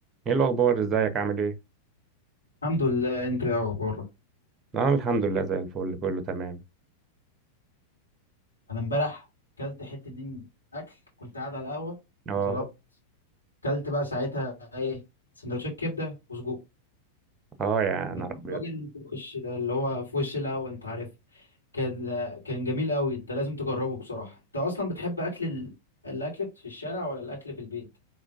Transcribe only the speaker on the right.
ايه الاخبار ازيك عامل ايه
انا الحمد لله زي الفل كله تمام
اه
اه يا
نهار ابيض